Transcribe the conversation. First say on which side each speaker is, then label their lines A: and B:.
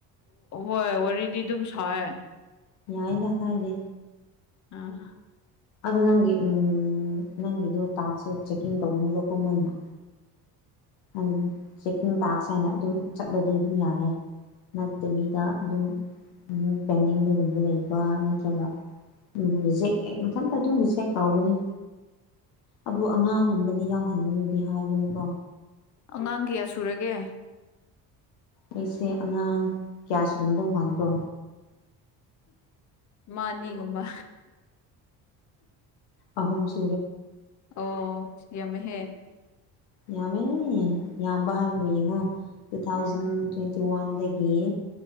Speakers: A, on the left; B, on the left.
A: ꯍꯣꯏ ꯋꯥꯔꯤꯗꯤ ꯑꯗꯨꯝ ꯁꯑ
B: ꯌꯥꯥꯏꯗꯥꯛꯀ ꯏꯗꯦ
A: ꯎꯝ
B: ꯑꯗꯨ ꯅꯪꯒꯤ ꯎ ꯅꯪꯒꯤꯗꯣ ꯇꯥꯛꯁ ꯆꯦꯛꯀꯤꯡ ꯇꯧꯅꯦꯕ ꯀꯨꯝꯍꯩꯅ ꯑꯗꯨꯝ ꯆꯦꯛꯀꯤꯡ ꯇꯥꯛꯁ ꯍꯥꯏꯅ ꯑꯗꯨꯝ ꯆꯠꯂꯗꯤ ꯑꯗꯨꯝ ꯌꯥꯔꯦ ꯅꯠꯇꯕꯤꯗ ꯑꯗꯨꯝ ꯄꯦꯟꯗꯤꯡꯗꯒꯨꯝꯕ ꯂꯩꯕ ꯅꯠꯇ꯭ꯔꯒ ꯎꯝ ꯖꯦꯛ ꯍꯦꯛ ꯃꯊꯟꯇ ꯑꯗꯨꯝ ꯖꯦꯛ ꯂꯥꯎꯒꯅꯤ ꯑꯗꯨ ꯑꯉꯥꯡꯒꯨꯝꯕꯗꯤ ꯌꯥꯎꯍꯟꯕꯅꯨꯗꯤ ꯍꯥꯏꯕꯅꯤꯀꯣ
A: ꯑꯉꯥꯡ ꯀꯌꯥ ꯁꯨꯔꯒꯦ
B: ꯑꯩꯁꯦ ꯑꯉꯥꯡ ꯀꯌꯥ ꯁꯔꯨꯝꯝꯗꯧ ꯃꯥꯟꯕ꯭ꯔꯣ
A: ꯃꯥꯅꯤꯒꯨꯝꯕ
B: ꯑꯍꯨꯝꯁꯨ
A: ꯑꯣ ꯌꯥꯃꯦꯍꯦ
B: ꯌꯥꯝꯃꯦ ꯌꯥꯝꯕ ꯍꯥꯏꯕ ꯌꯦꯡꯉꯣ ꯇꯨ ꯊꯥꯎꯖꯟ
A: ꯎꯝ
B: ꯇ꯭ꯋꯦꯟꯇꯤ ꯋꯥꯟꯗꯒꯤ ꯏ